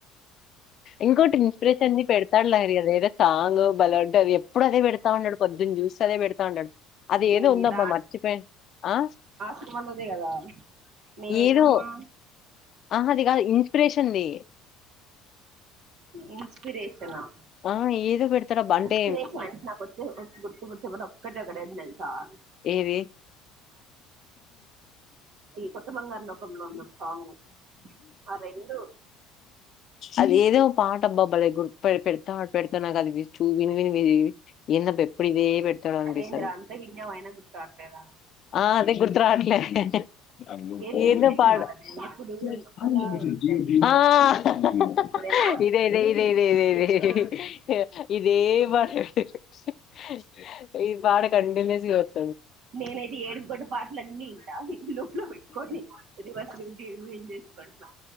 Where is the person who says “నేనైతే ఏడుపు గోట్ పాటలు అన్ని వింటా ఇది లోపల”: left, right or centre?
Right